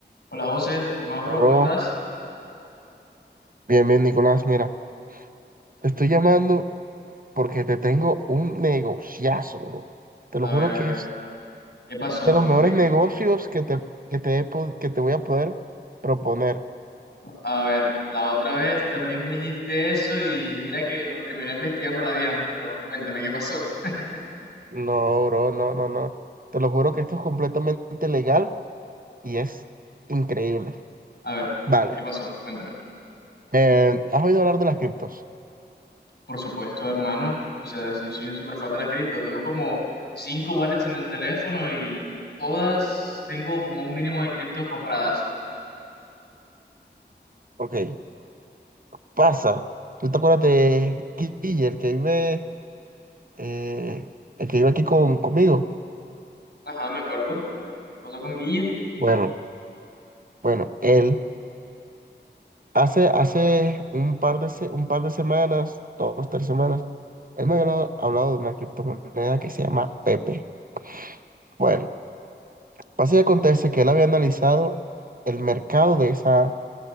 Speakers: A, on the left (about 65°); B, on the right (about 50°).
A: Hola José, ¿qué más, bro?
B: Bro,
A: ¿Cómo estás?
B: bien, bien, Nicolás. Mira, te estoy llamando porque te tengo un negociazo, bro. Te
A: A
B: lo juro
A: ver, a
B: que
A: ver,
B: es
A: ¿qué pasó?
B: de los mejores
A: Me-
B: negocios que te, que te, he pod- que te voy a poder proponer.
A: a ver, la otra vez también me dijiste eso y mira que nos terminó investigando la DIAN, pero cuéntame, ¿qué pasó? <laughs>
B: No, bro, no, no, no. Te lo juro que esto es completamente legal y es increíble.
A: A ver,
B: Vale.
A: ¿qué pasó? Cuéntame.
B: Eh, ¿has oído hablar de las criptos?
A: Por supuesto, hermano, o sea, yo soy un super fan de las cripto, tengo como cinco wallets en el teléfono y, y todas tengo como un mínimo de criptos compradas.
B: Ok, pasa. ¿Tú te acuerdas de Guille, el que vive, eh, el que vive aquí con, conmigo?
A: Ajá, me acuerdo. ¿Qué pasó con Guille?
B: Bueno, bueno, él. Hace, hace un par de, se- un par de semanas, dos, tres semanas, él me había hablado, hablado de una criptomoneda que se llama Pepe. Bueno, pasa y acontece que él había analizado el mercado de esa,